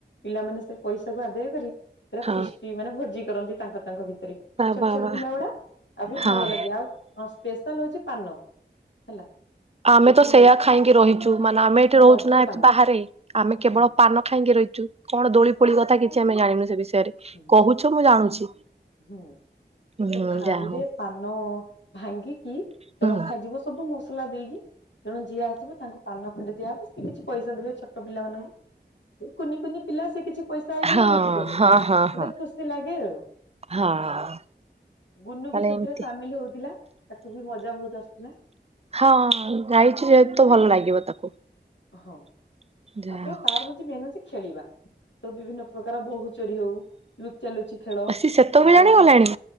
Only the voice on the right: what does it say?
ହଁ
ବା
ବା
ବା
ହଁ
ଆମେ
ତ ସେୟା ଖାଇକି ରହିଛୁ ମାନେ ଆମେ ଏଠି ରହୁଛୁ
ନା ଏ
ବାହାରେ ଆମେ କେବଳ
ପାନ ାଇଁକି ରହିଛୁ କଣ ଦୋଳି ପୋଳି କଥା କିଛି ଆମେ ଜାଣିନୁ ସେ ବିଷୟରେ
କହୁଛ ମୁଁ ଜାଣୁଛି
ହୁଁ
ଯାହା ହଉ
ହୁଁ
ହଁ
ହଁ ହଁ
ହଁ
ହଁ
ତାହେଲେ
ଏମିତି
ହଁ ଗାଇଛି ଯେହେତୁ ଭଲ ଲାଗିବ ତାକୁ
ଯାହା ହଉ
ଆ ସେ ସେତେବେଳେ
ଜାଣିଗଲାଣି